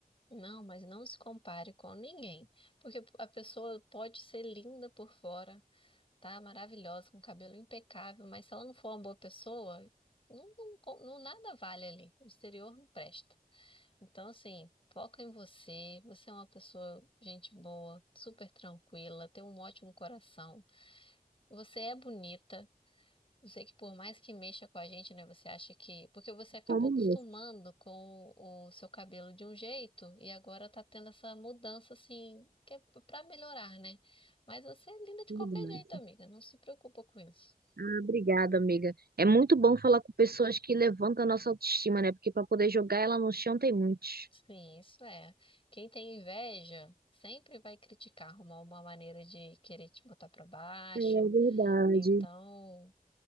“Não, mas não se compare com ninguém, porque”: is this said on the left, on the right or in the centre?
Left